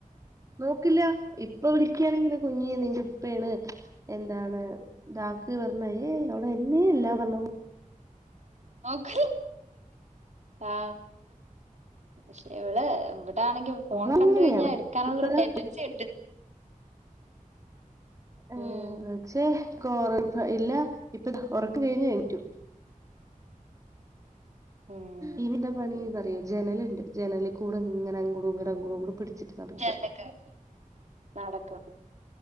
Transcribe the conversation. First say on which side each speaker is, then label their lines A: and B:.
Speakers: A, on the right; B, on the right.
A: നോക്കില്ല ഇപ്പ വിളിക്കയാണെങ്കിൽ കുഞ്ഞി നിന്റെ ഉപ്പയണ്
B: ഉം
A: എ എതാണ്തക്ക് പറഞ്ഞ ഏ അവളെ എന്നെയ ഇല്ലാ പറഞ്ഞ
B: ക്ക ആ പക്ഷെ ഇവിടെ ഇവിടാണെങ്കി ഫോൺ
A: അവളങ്ങനെയാണ്
B: കണ്ട കഴിഞ്ഞാ എടുക്കാനുള്ളരു
A: ഇപ്പതാ
B: ടെൻഡൻസി ഉണ്ട്
A: ആ ഏ
B: ഉം
A: പക്ഷേ കൊറ ഇല്ല ഇപ്പ ഉറക്കം കഴിഞ്ഞ എണീറ്റു
B: ഉം
A: ഈവിട്ടിന്റെ പണി എന്താറിയോ ജനലുണ്ട് ജനലിൽ കൂടെ ഇങ്ങനെ അങ്ങേട ഇങ്ങോട കൂടെ പിടി വച്ചിട്ട് നടക്ക
B: ജനലിൽ കേറി നടക്കും